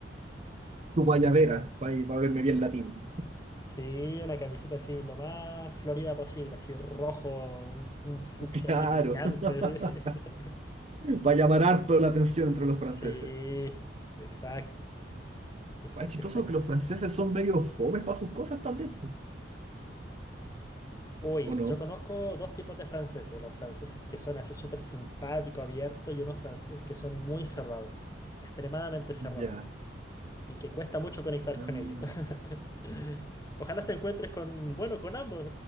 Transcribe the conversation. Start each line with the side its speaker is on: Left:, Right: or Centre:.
Right: Tu guayabera, para verme bien latino.
Left: Sí, una camisita así lo más florida posible, así rojo, un, un fucsia
Right: <laughs> Claro.
Left: así brillante.
Right: <laughs>
Left: Sí, <laughs>
Right: Para llamar harto la atención entre los franceses.
Left: Sí, exacto, exacto,
Right: Igual es chistoso
Left: exacto.
Right: que los franceses son medio fomes para sus cosas también, po.
Left: Uy,
Right: ¿O no?
Left: yo conozco dos tipos de franceses, los franceses que son así súper simpáticos, abiertos, y unos franceses que son muy cerrados, extremadamente cerrados.
Right: Ya.
Left: y que cuesta mucho conectar
Right: Mm.
Left: con ellos. <laughs> Ojalá te encuentres con, bueno, con ambos.